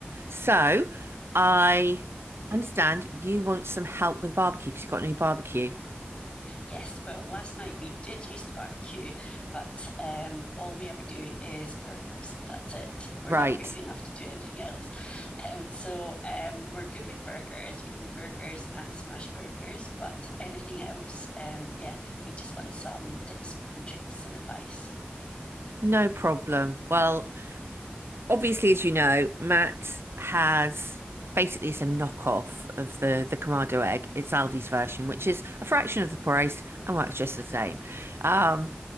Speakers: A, on the right; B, on the left.
A: So I understand you want some help with barbecue because you've got a new barbecue.
B: Yes, well, last night we did use the barbecue, but um, all we ever do is burgers. That's it. We're
A: Right.
B: not brave enough
A: <laughs>
B: to do <laughs> anything else. Um, so um, we're good with burgers. We can do burgers and smash burgers, but anything else, um, yeah, we just want some tips and tricks and advice.
A: No problem. Well, obviously, as you know, Matt has basically it's a knockoff of the the Kamado egg. It's Aldi's version, which is a fraction of the price and works just the same. Um,